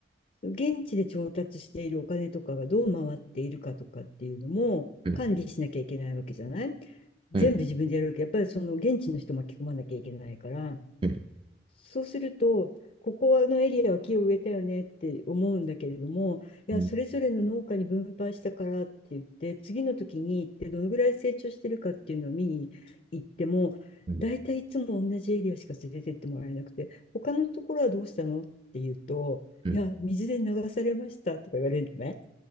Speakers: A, on the left (about 45°); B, on the right (about 25°).
A: 現地で調達しているお金とかがどう回っているかとかっていうのも管理しなきゃいけないわけじゃない
B: いはいはい
A: 全部自分でやるわけ。やっぱりその現地の人巻き込まなきゃいけないから、
B: はい
A: そうすると、ここのエリアは木を植えたよねって思うんだけれども、いや、
B: うん
A: それぞれの農家に分配したからって言って、次の時に行ってどのぐらい成長してるかっていうのを見に行っても、
B: はい
A: 大体いつも同じエリアしか連れてってもらえなくて、他のところはどうしたのって言うと、
B: はい
A: いや、水で流されましたとか言われるのね。